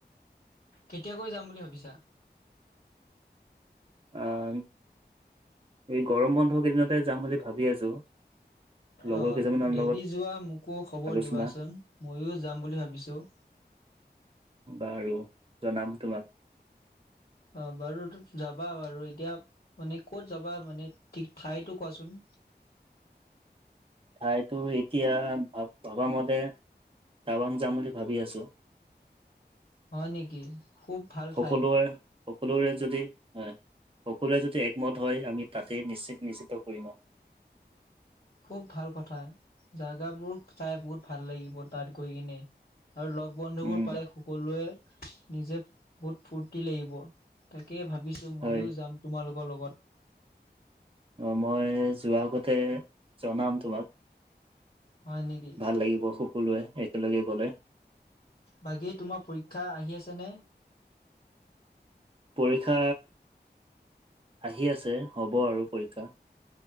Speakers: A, on the left; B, on the right.
A: কেতিয়াকৈ যাম বুলি ভাবিছা
B: আহ এই গৰম বন্ধ কেইদিনতে যাম বুলি ভাবি আছো লগৰ
A: অ
B: কেইজনমানৰ
A: যদি
B: লগত
A: যোৱা মোকো খবৰ
B: আলোচনা
A: দিবাচোন মইয়ো যাম বুলি ভাবিছো
B: বাৰু জনাম তোমাক।
A: অ' বাৰু যাবা বাৰু এতিয়া মানে ক'ত যাবা মানে ঠিক ঠাইতো কোৱাচোন।
B: ঠাইতো এতিয়া ভাবা মতে টাবাং যাম বুলি ভাবি আছো।
A: হয় নেকি খুব ভাল
B: সকলোৱে।
A: ঠাই।
B: সকলোৰে যদি হয় সকলোৰে যদি একমত হয় আমি তাতে নিশ্চিত নিশ্চিত কৰিম আৰু।
A: খুব ভাল কথা জাগাবোৰ চাই বহুত ভাল লাগিব তাত গৈ কিনে। আৰু লগ বন্ধু
B: উম
A: বোৰ পায় কলোৱে নিজে বহুত ফুৰ্তি লাগিব, তাকেই ভাবিছো ময়ো
B: হয়
A: যাম। তোমালোকৰ লগত।
B: অ' মই যোৱা আগতে জনাম তোমাক।
A: হয় নেকি?
B: ভাল লাগিব সকলোৱে একেলগে গলে।
A: বাকী তোমাৰ পৰীক্ষা আহি আছেনে?
B: পৰীক্ষা আহি আছে, হ'ব আৰু পৰীক্ষা।